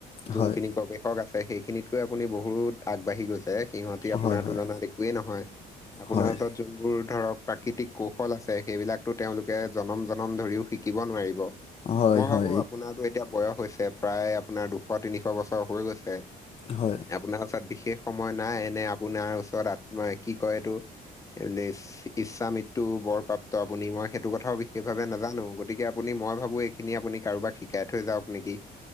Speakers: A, on the left (about 20°); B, on the left (about 35°).
A: যোন
B: হয়
A: খিনি গৱেষক আছে সেইখিনিতকৈ আপুনি বহুত আগবাঢ়ি গৈছে। সিহঁতি আপোনাৰ
B: হয় হয়
A: তুলনাত একোৱেই নহয়। আপোনাৰ
B: হয়
A: ওচৰত যোনবোৰ ধৰক প্ৰাকৃতিক কৌশল সকল আছে সেইবিলাকতো তেওঁলোকে জনম-জনম ধৰিও শিকিব নোৱাৰিব।
B: হয়
A: মই
B: হয়
A: ভাৱোঁ আপোনাৰতো এতিয়া বয়স হৈছে, প্ৰায় আপোনাৰ দুশ তিনিশ বছৰ হৈ গৈছে।
B: হয়।
A: আপোনাৰ ওচৰত বিশেষ সময় নাই এনে আপোনাৰ ওচৰত কি কয় এইটো? <unintelligible> ইচ্ছামিত বৰপ্ৰাপ্ত আপুনি মই সেইটো কথাও বিশেষ ভাৱে নাজানোঁ, গতিকে আপুনি মই ভাৱোঁ খিনি আপুনি কাৰোবাক শিকাই থৈ যাওঁক নেকি?